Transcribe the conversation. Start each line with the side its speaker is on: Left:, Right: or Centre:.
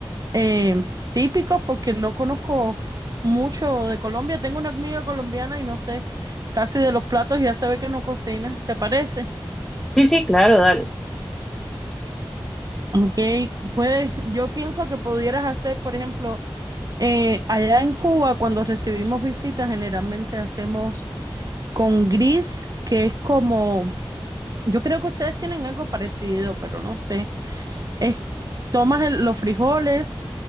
Right: eh, típicos, porque no conozco mucho de Colombia. Tengo una amiga colombiana y no sé casi de los platos, ya se ve que no cocina, ¿te parece?
Centre: Sí, sí, claro, dale.
Right: Ok, puedes, yo pienso que pudieras hacer, por ejemplo, eh, allá en Cuba, cuando recibimos visitas, generalmente hacemos con gris, que es como, yo creo que ustedes tienen algo parecido, pero no sé Es, tomas el- los frijoles